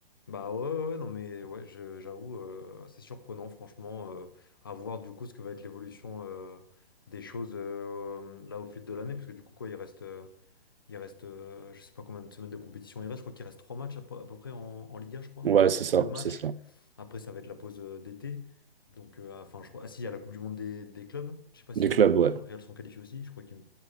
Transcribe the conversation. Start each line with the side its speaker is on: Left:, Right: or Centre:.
Left: Bah ouais, ouais, ouais, non mais ouais, je- j'avoue, euh, c'est surprenant, franchement, euh, à voir du coup ce que va être l'évolution euh, des choses euh, là au fil de l'année, parce que du coup, quoi, il reste. euh, Il reste, euh, je sais pas combien de semaines de compétition il reste. Je crois qu'il reste trois matchs à peu, à peu près en, en Liga, je crois.
Right: Ouais, c'est ça,
Left: Deux matchs.
Right: c'est ça.
Left: Après, ça va être la pause euh, d'été. Donc, euh, ah, enfin, je crois. Ah si, il y a la Coupe du Monde des, des clubs. Je sais pas si
Right: Des clubs, ouais.
Left: Real sont qualifiés aussi. Je crois qu'ils,